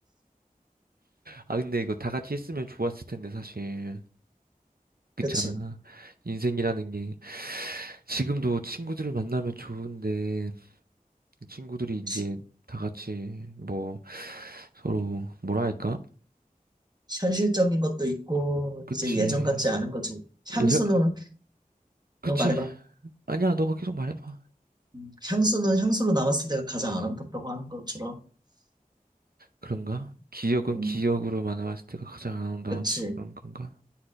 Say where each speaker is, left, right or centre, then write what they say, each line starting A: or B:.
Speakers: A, on the right (about 85°); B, on the right (about 25°).
A: 아 근데 이거 다 같이 했으면 좋았을 텐데 사실. 그렇잖아.
B: 그치.
A: 인생이라는 게 지금도 친구들을 만나면 좋은데 그 친구들이 이제
B: 시-
A: 다 같이 뭐 서로 뭐라 할까?
B: 현실적인 것도 있고,
A: 그치.
B: 이제 예전 같지 않은 거지. 향수는,
A: 예전 그치.
B: 너 말해봐.
A: 아니야 너가 계속 말해봐.
B: 음, 향수는 향수로 남았을 때가 가장 아름답다고 하는 것처럼.
A: 그런가? 기억은
B: 음,
A: 기억으로만 남았을 때가 가장 아름다운
B: 그치,
A: 그런 건가?